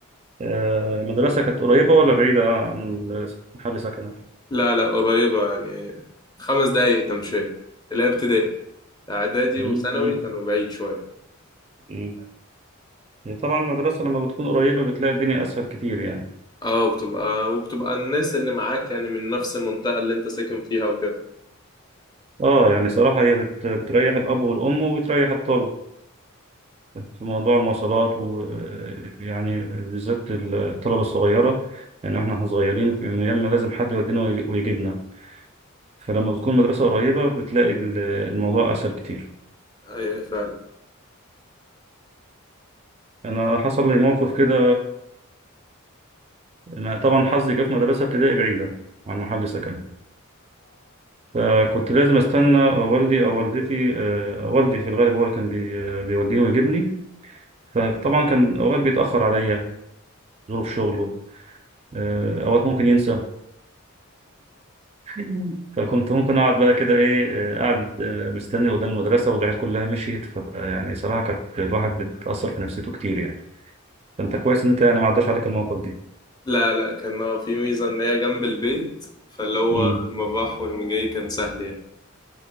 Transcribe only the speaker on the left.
لا لا قريبه يعني خمس دقايق تمشي اللي هي ابتدائي اعدادي
وثانوي
كانوا بعيد شويه
اه بتبقى وبتبقى الناس اللي معاك يعني من نفس المنطقه اللي انت ساكن فيها وكده
ايوه فعلا
لا لا كان آه، في ميزة إن هي جنب البيت فاللي هو
المباح والمجاي كان سهل يعني